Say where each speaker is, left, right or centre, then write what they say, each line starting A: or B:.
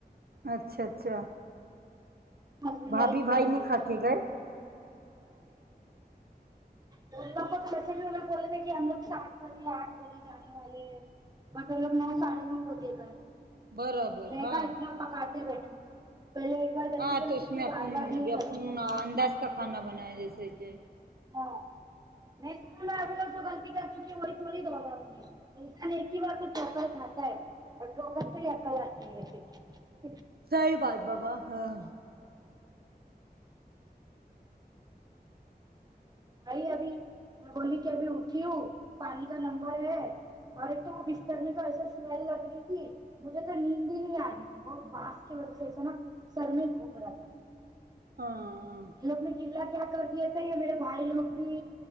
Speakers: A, on the right; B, on the right.
A: اچھا اچھا
B: ملہ
A: بھابھی
B: نہیں
A: بھائی کھا کے گئے
B: لوگ کو ویسے بھی ہمگ بولے تھے کہ ہم لوگ سات بجے آٹ بجے جانے والے ہیں بٹ لوگ نو ساڑھے نو بجے گئے
A: برابر
B: میں
A: ہاں
B: کہ ایک دم پکاتے بیٹھھی تی پہلے بار گتی
A: ہاں
B: کر
A: تو اس
B: چکی
A: میں
B: ہے
A: اپن
B: بار بار نہیں کرک
A: اپن انداز کا کھانا بنایا جیسے کہ
B: ہاں نہیں سر میں ابھی اور جو غلطی کر چکیوں وہی تھوڑی دوہراؤں گی انسان ایک ہی بار تو وکر کھاتا ہے اور وکر سے ہی عقل آتی ہے پھر
A: سحی بات بابا ہاں
B: بھائی ابھی میں بولی کے ابھی اٹھی ہوں پانی کا نمبر ہے ارے تو وہ بسترنے کا ایسا اسمیل لگ رہی تھی مجھے تو نیندی نہیں آ رہی تھی وہ بانس کی وجہ سے ایسا نا سر میں گھوم رہا تھا
A: ہاں
B: لوگ نے کلا کیا کر دیا تھا میرے بھائی لوگ بھی